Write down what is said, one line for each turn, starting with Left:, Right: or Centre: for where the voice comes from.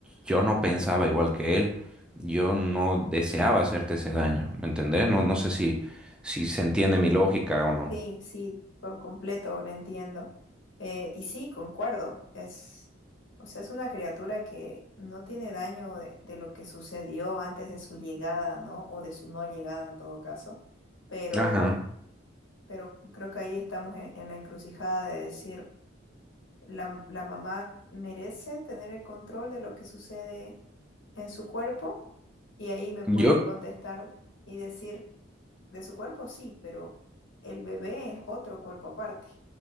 Centre: yo no pensaba igual que él, yo no deseaba hacerte ese daño, ¿me entendés? No, no sé si, si se entiende mi lógica o no.
Left: Sí, sí, por completo, lo entiendo. Eh, y sí, concuerdo. Es, o sea, es una criatura que no tiene daño de, de lo que sucedió antes de su llegada, ¿no? O de su no llegada en todo caso. Pero,
Centre: Ajá.
Left: pero creo que ahí estamos en en la encrucijada de decir. la, la mamá merece tener el control de lo que sucede en su cuerpo y ahí me puedes
Centre: Yo,
Left: contestar y decir, de su cuerpo sí, pero el bebé es otro cuerpo aparte.